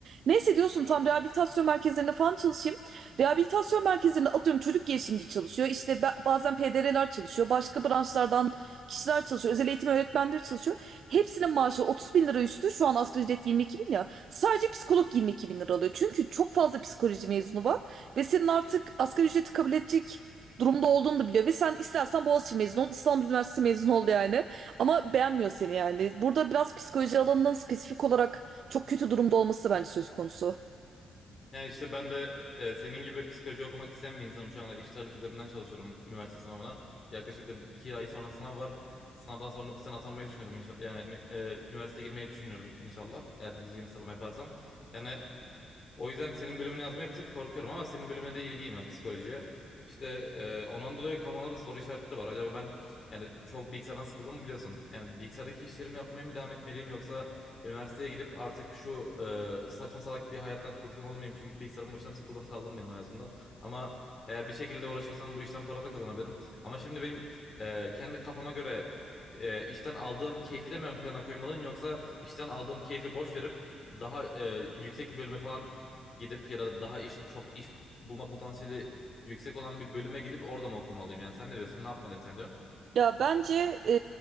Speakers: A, on the right; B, on the left.
A: Neyse diyorsun tam rehabilitasyon merkezlerinde falan çalışayım. Rehabilitasyon merkezlerinde atıyorum çocuk girişimci çalışıyor. İşte ba- bazen PDR'ler çalışıyor. Başka branşlardan kişiler çalışıyor. Özel eğitim öğretmenleri çalışıyor. Hepsinin maaşı 30 bin lira üstü. Şu an asgari ücret 22 bin ya. Sadece psikolog 22 bin lira alıyor. Çünkü çok fazla psikoloji mezunu var. Ve senin artık asgari ücreti kabul edecek durumda olduğunu da biliyor. Ve sen istersen Boğaziçi mezunu ol, İstanbul Üniversitesi mezunu ol yani. Ama beğenmiyor seni yani. Burada biraz psikoloji alanının spesifik olarak çok kötü durumda olması da bence söz konusu.
B: Yani işte ben de e, senin gibi psikoloji okumak isteyen bir insanım. Şu anda eşit ağırlık üzerinden çalışıyorum üniversite sınavına. Yaklaşık da bir iki ay sonra sınav var. Sınavdan sonra da bu sene atanmayı düşünüyorum inşallah. Yani e, üniversiteye girmeyi düşünüyorum inşallah. Eğer düzgün bir sınav yaparsam. Yani o yüzden senin bölümünü yazmaya bir tık korkuyorum ama senin bölümüne de ilgiyim yani psikolojiye. İşte e, ondan dolayı kafamda da soru işaretleri var. Acaba ben yani çok bilgisayardan sıkıldım mı biliyorsun? Yani bilgisayardaki işlerimi yapmaya mı devam etmeliyim yoksa üniversiteye gidip artık şu e, saçma salak bir hayattan kurtulmalı mıyım? Çünkü bilgisayarın başına tıkıldım kaldım benim hayatımda. Ama eğer bir şekilde uğraşırsam bu işten para da kazanabilirim. Ama şimdi benim e, kendi kafama göre e, işten aldığım keyfi de mi ön plana koymalıyım yoksa işten aldığım keyfi boş verip daha e, yüksek bir bölüme falan gidip ya da daha iş çok iş bulma potansiyeli yüksek olan bir bölüme gidip orada mı okumalıyım? Yani sen ne diyorsun? Ne yapmalıyım sence?
A: Ya bence e,